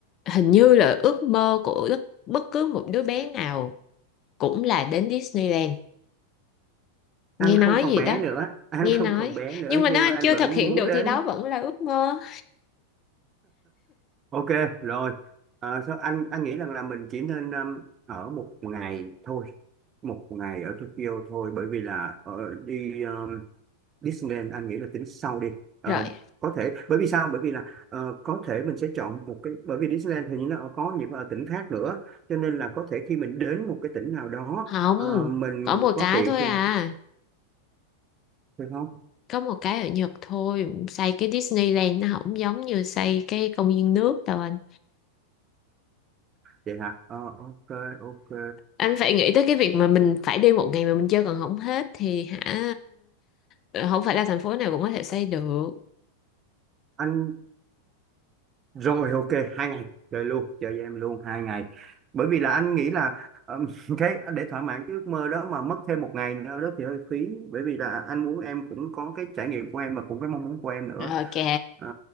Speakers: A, on the left; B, on the right.
A: hình như là ước mơ của bất, bất cứ một đứa bé nào cũng là đến Disneyland
B: anh
A: nghe nói
B: không còn
A: gì
B: bé
A: đó
B: nữa anh
A: nghe
B: không
A: nói
B: còn bé nữa
A: nhưng mà
B: nhưng
A: nếu anh
B: mà anh
A: chưa
B: vẫn
A: thực hiện
B: muốn
A: được
B: đến
A: thì đó vẫn là ước mơ
B: ok rồi Ờ, sao anh anh nghĩ rằng là mình chỉ nên um, ở một ngày thôi một ngày ở Tokyo thôi bởi vì là ờ, đi um, Disneyland anh nghĩ là tính sau đi Ờ,
A: rồi
B: có thể bởi vì sao bởi vì là ờ, có thể mình sẽ chọn một cái bởi vì Disneyland hình như nó có những ờ, tỉnh khác nữa cho nên là có thể khi mình đến một cái tỉnh nào đó
A: không
B: ờ, mình
A: có một
B: có
A: cái
B: tiện
A: thôi
B: thì
A: à
B: mình thì thôi
A: có một cái ở Nhật thôi xây cái Disneyland nó không giống như xây cái công viên nước đâu anh
B: vậy hả Ờ, ok ok
A: anh phải nghĩ tới cái việc mà mình phải đi một ngày mà mình chơi còn không hết thì hả ờ, không phải là thành phố nào cũng có thể xây được
B: anh Rồi ok, hai ngày chơi luôn, chơi với em luôn hai ngày. Bởi vì là anh nghĩ là ừm, <laughs> cái để thỏa mãn cái ước mơ đó mà mất thêm một ngày nữa đó thì hơi phí. Bởi vì là anh muốn em cũng có cái trải nghiệm của em mà cũng cái mong muốn của em nữa.
A: ok
B: À,